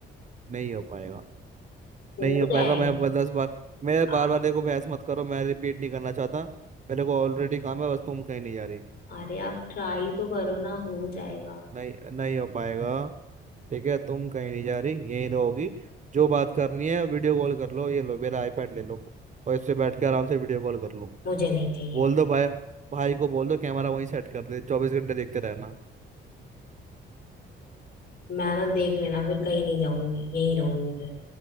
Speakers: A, on the right; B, on the left.
A: नहीं हो पाएगा
B: हो
A: नहीं हो पाएगा
B: जाएगा
A: मैं ब- दस बार मेरे
B: आप
A: बार बार देखो बहस मत करो मैं रिपीट नहीं करना चाहता मेरे को ऑलरेडी काम है बस तुम कहीं नहीं जा रही
B: अरे आप ट्राई तो करो ना हो जाएगा
A: नहीं नहीं हो पाएगा ठीक है तुम कहीं नहीं जा रही यहीं रहोगी जो बात करनी है वीडियो कॉल कर लो ये लो मेरा आईपैड ले लो और इससे बैठ के आराम से वीडियो कॉल कर लो
B: मुझे नहीं चाहिए
A: बोल दो भाई भाई को बोल दो कैमरा वहीं सेट कर दे चौबीस घंटे देखते रहना
B: मैं ना देख लेना फिर कहीं नहीं जाऊंगी यहीं रहूंगी फिर